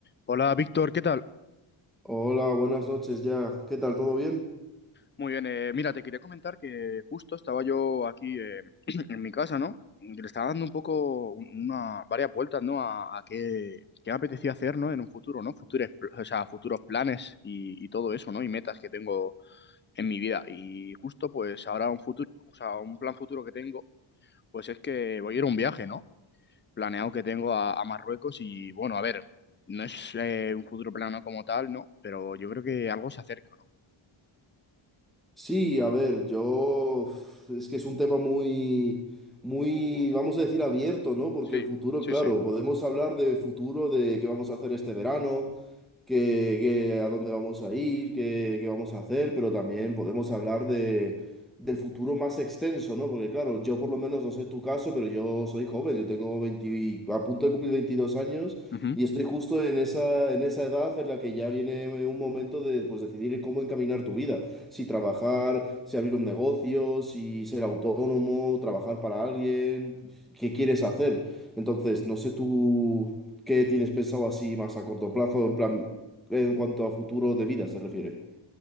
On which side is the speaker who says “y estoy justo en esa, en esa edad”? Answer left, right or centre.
Centre